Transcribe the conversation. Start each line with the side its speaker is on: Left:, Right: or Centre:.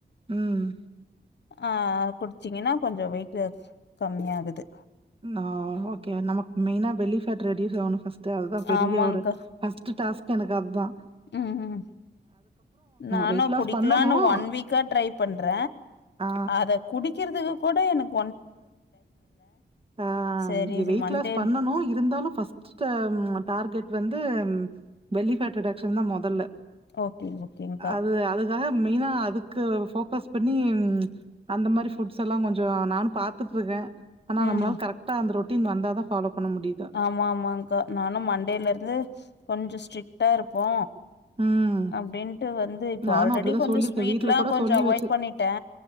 Right: ம்
Left: ஆ குடிச்சீங்கன்னா கொஞ்ச வெயிட்டு கம்மியாகுது
Right: நா ஓகே நமக்கு மெய்னா பெல்லி ஃபேட் ரெடியூஸ் ஆவனு ஃபஸ்ட்டு அதுதா பெரிய
Left: ஆமாங்க்கா
Right: ஒரு ஃபஸ்ட் டாஸ்க் எனக்கு அத்தா
Left: ம் ம் நானு
Right: வெயிட் லாஸ்
Left: குடிக்கலான்
Right: பண்ணணும்.
Left: ஒன் வீக்கா ட்ரை பண்ற
Right: ஆ
Left: அத குடிக்கிறதுக்கு கூட எனக்
Right: ஆ
Left: சரி
Right: எ வெயிட்
Left: மண்டே
Right: லாஸ் பண்ணனு இருந்தாலு ஃபஸ் ட்டு டார்கெட் வந்து பெல்லி ஃபேட் ரிடக்க்ஷன் தா மொதல்ல
Left: ஓகே ஓகேங்க்கா
Right: அது அது தா மெய்னா அதுக்கு ஃபோக்கஸ் பண்ணி அந்த மாரி ஃபுட்ஸ் எல்லா கொஞ்ச நானு பாத்துட்ருக்க ஆனா
Left: ம்
Right: நம்மளால கரெக்டா அந்த ரொட்டீன் வந்த தா ஃபாலோ பண்ண முடியுது
Left: ஆமா ஆமாங்கா நானு மண்டேல இருந்து கொஞ்சோ ஸ்ட்ரிக்டா இருப்போ
Right: ம்
Left: அப்டின்ட்டு வந்து இப்ப
Right: நானும்
Left: ஆல்ரெடி
Right: அப்படிதான்
Left: கொஞ்ச
Right: சொல்லிருக்கே.
Left: ஸ்வீட்லா
Right: வீட்ல கூட
Left: கொஞ்ச
Right: சொல்லி
Left: அவாய்ட்
Right: வச்சிரு
Left: பண்ணிட்ட